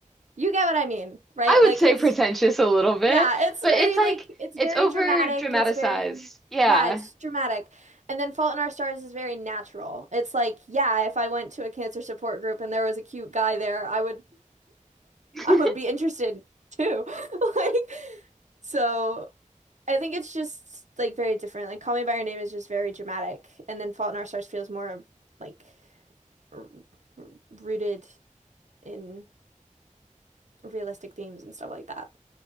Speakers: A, on the right; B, in the centre.
A: you get what I mean, right?
B: I
A: Like
B: would say
A: it's
B: pretentious a little bit,
A: Yeah, it's
B: but
A: very
B: it's like,
A: like it's
B: it's
A: very
B: over
A: dramatic.
B: dramatized.
A: It's very
B: Yeah.
A: yeah, it's dramatic. And then Fault in Our Stars is very natural. It's like, yeah, if I went to a cancer support group and there was a cute guy there, I would
B: <laughs>
A: I would be interested too. <laughs> Like so I think it's just like very different. Like Call Me by Your Name is just very dramatic and then Fault in Our Stars feels more like r- r- rooted in realistic themes and stuff like that.